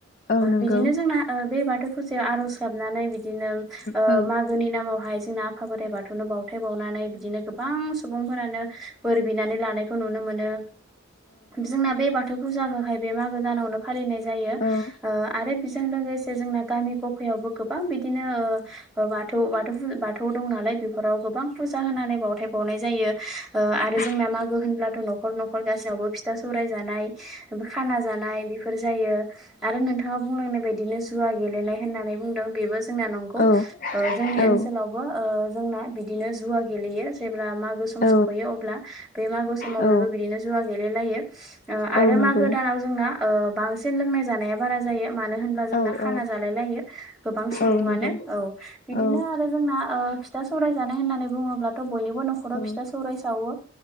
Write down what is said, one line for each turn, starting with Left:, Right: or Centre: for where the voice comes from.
Left: औ नंगौ
Centre: बिदिनोओ जोंना बे बाथौ फुजायाव आर'ज गाबनानै बिदिनो ओ
Left: औ
Centre: मा गोनि नामावहाय जोंना आफा बोराइ बाथौनो बावथाय बावनानै बिदिनो गोबां सुबुंफोरानो बोर बिनानै लानायखौ नुनो मोनो जोंना बे बा थौ फुजाखौहाय बे मागो दानावनो फालिनाय जायो
Left: औ नंगौ औ
Centre: ओ आरो बेजों लोगोसे जोंना गामि गफायावबो गोबां बिदिनो ओ बाथौ बाथौ बाथौ दं नालाय बेफोराव गोबां फुजा होनानै बावथाय बावनाय जायो ओ आरो जोंना
Left: औ
Centre: मागो होनब्ला थ' न'खर न'खर गासैयावबो फिथा सौराय जानाय खाना जानाय बेफोर जायो आरो नोंथाङा बुंलांनाय बायदिनो जुवा गेलेनाय होननानै बुंदों बेबो जोंना नंगौ
Left: औ
Centre: ओ जोंनि
Left: औ
Centre: ओनसोलाव
Left: औ
Centre: बो ओ जोंना बिदिनो जुवा गेलेयो जेब्ला मागो सम
Left: औ
Centre: सफैयो अब्ला बे मागो समाव
Left: औ
Centre: बयबो बिदिनो जुवा गेलायो आरो
Left: औ नंगौ
Centre: मागो दानाव जोंना ओ बांसिन लोंनाय जानाया बारा जायो मानो होनब्ला जोंना
Left: औ
Centre: खाना
Left: औ
Centre: जालाय लायो गोबां सु सुबुङानो
Left: औ नंगौ
Centre: औ बिदिनो
Left: औ
Centre: आरो जोंना ओ फिथा सौराय जानाय होननानै बुङोब्लाथ' बयनिबो न' खराव
Left: औ
Centre: फिथा सौराय सावो